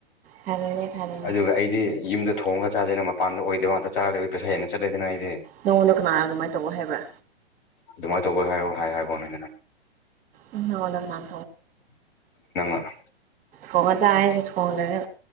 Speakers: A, on the right (about 25°); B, on the left (about 55°).
A: ꯐꯔꯦꯅꯦ ꯐꯔꯦꯅꯦ
B: ꯑꯗꯨ ꯑꯩꯗꯤ ꯌꯨꯝꯗ ꯊꯣꯡꯒ ꯆꯥꯗꯦꯅ ꯃꯄꯥꯟꯗ ꯑꯣꯏꯗ ꯋꯥꯗ ꯆꯥꯔꯗꯦꯣꯏ ꯄꯩꯁ ꯍꯦꯟꯅ ꯆꯠꯂꯦꯗꯅ ꯑꯩꯗꯤ
A: ꯅꯉꯣꯟꯗ ꯀꯅꯥꯅꯣ ꯑꯗꯨꯃꯥꯏꯅ ꯇꯧꯕ ꯍꯥꯏꯕ꯭ꯔꯥ
B: ꯑꯗꯨꯃꯥꯏꯅ ꯇꯧꯕ ꯍꯥꯌꯣ ꯍꯥꯏ ꯍꯥꯏꯕꯋꯥꯅꯤ
A: ꯎꯝ ꯍꯅ ꯅꯥꯟ
B: ꯅꯩꯅ <inaudible>
A: ꯊꯣꯡꯉꯒ ꯆ ꯍꯥꯏꯁꯨꯦ ꯊꯣꯡꯗꯅ